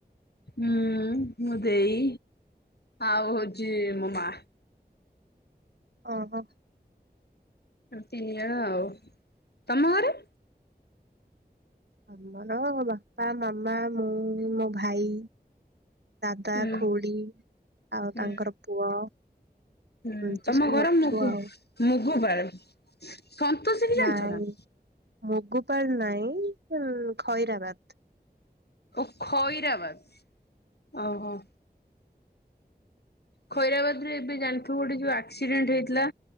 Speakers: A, on the left; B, on the right.
A: ହୁଁ ମୋ ଦେଇ ଆଉ ହୋଉଚି ମୋ ମା।
B: ଓହୋ।
A: ଆମେ ତିନିଜଣ ଆଉ ତମ ଘରେ?
B: ଆମର ବାପା ମାମା ମୁଁ ମୋ ଭାଇ ଦାଦା
A: ହୁଁ
B: ଖୁଡ଼ି ଆଉ
A: ହୁଁ
B: ତାଙ୍କର ପୁଅ।
A: ହୁଁ
B: ଏମିତି
A: ତମ
B: ସବୁ
A: ଘର
B: ଅଛୁ
A: ମୁକୁ
B: ଆଉ
A: ମୁ ଘୋବାର ସନ୍ତୋଶୀ କି
B: ନାଇଁ
A: ଜାଣିଚ ନା?
B: ମୁଗୁପାଳ ନାଇଁ ଉଁ ଖଇରାବାଦ।
A: ଓଃ ଖଇରାବାଦ ଓହୋ। ଖଇରାବାଦ ରେ ଏବେ ଜାଣିଥିବୁ ଗୋଟେ ଯୋଉ ଆକ୍ସିଡେଣ୍ଟ ହେଇଥିଲା?